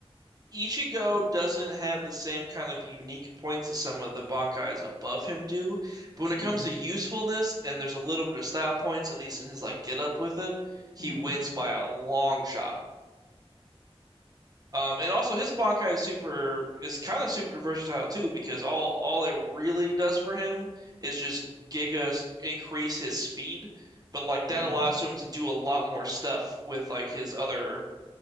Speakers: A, on the right; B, on the left.
A: Ichigo
B: <laughs>
A: doesn't have the same kind of unique points as some of the Bankais above him do, but when it
B: hmm
A: comes to usefulness and there's a little bit of style points, at least in his like get up with it, he
B: hmm
A: wins by a long shot. Um, and also his Bankai is super is kind of super versatile too because all all it really does for him is just giga s- increase his speed, but like that
B: hmm
A: allows him to do a lot more stuff with like his other